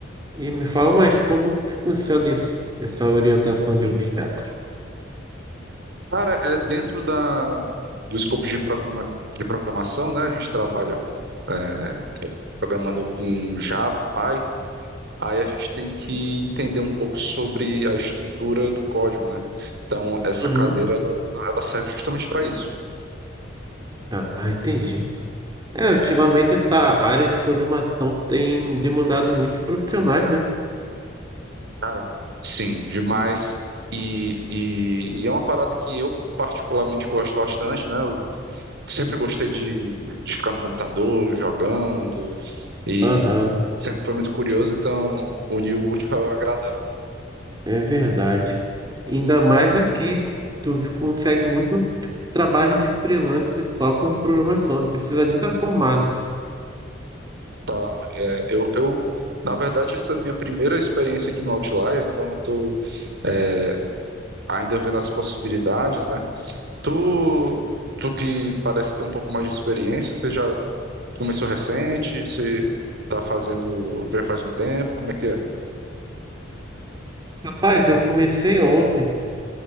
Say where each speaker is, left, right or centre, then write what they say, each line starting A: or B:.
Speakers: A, on the right; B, on the right.
A: E me fala mais, como que funciona isso? Essa orientação de objetos.
B: Cara, é dentro da, do escopo de, programa, de programação, né? A gente trabalha é, programando com Java e Python. Aí a gente tem que entender um pouco sobre a estrutura do código, né? Então, essa
A: Uhum.
B: cadeira, ela, ela serve justamente para isso.
A: Ah, entendi. É, ultimamente essa área de programação tem demandado muitos profissionais, né?
B: Cara, sim, demais. E, e, e é uma parada que eu particularmente gosto bastante, né? Eu sempre gostei de, de ficar no computador, jogando, e
A: Aham.
B: sempre foi muito curioso, então unir o útil ao agradável,
A: É verdade. Ainda mais aqui, tu consegue muito trabalho de freelance só com programação, não precisa nem estar formado.
B: tá? É, eu, eu, na verdade, essa é a minha primeira experiência aqui no Outlier, então eu tô é, ainda vendo as possibilidades, né? Tu, tu que parece ter um pouco mais de experiência, você já começou recente, você tá fazendo já faz um tempo, como é que é?
A: Rapaz, eu comecei ontem.